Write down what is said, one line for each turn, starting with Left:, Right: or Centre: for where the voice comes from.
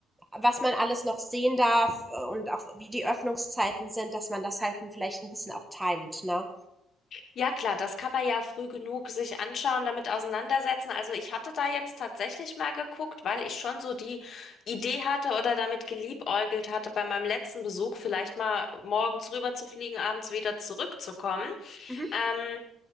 Centre: was man alles noch sehen darf äh, und auch wie die Öffnungszeiten sind, dass man das halt vielleicht ein bisschen auch timet, ne?
Left: Ja, klar, das kann man ja früh genug sich anschauen, damit auseinandersetzen. Also ich hatte da jetzt tatsächlich mal geguckt, weil ich schon so die Idee hatte oder damit geliebäugelt hatte, bei meinem letzten Besuch vielleicht mal morgens rüber zu fliegen, abends wieder zurückzukommen.
Centre: Mhm.
Left: Ähm,